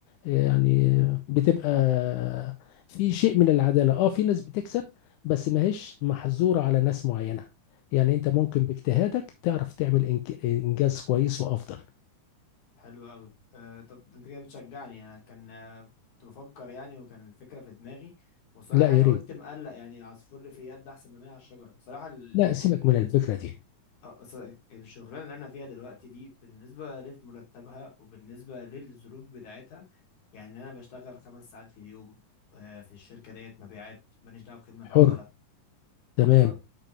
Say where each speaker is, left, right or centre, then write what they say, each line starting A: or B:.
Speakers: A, on the left; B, on the left.
A: آه، يعني بتبقى آه، في شيء من العداله اه في ناس بتكسب بس ما هيش محظوره على ناس معينه يعني انت ممكن باجتهادك تعرف تعمل إنك- انجاز كويس وافضل
B: حلو قوي آه طب ده انت كده بتشجعني انا كان آه، كنت بفكر يعني وكان الفكره في دماغي وصراحه
A: لا يا
B: انا
A: ريت
B: قلت مقلق يعني العصفور اللي في اليد ده احسن من 100 على الشجره صراحه ال...
A: لا سيبك من الفكره دي
B: آه، أصل الشغلانه اللي انا فيها دلوقتي دي بالنسبه لمرتبها وبالنسبه للظروف بتاعتها يعني انا بشتغل خمس ساعات في اليوم آه، في الشركه ديت مبيعات ماليش دعوه بخدمه عملاء
A: حر تمام
B: بالظبط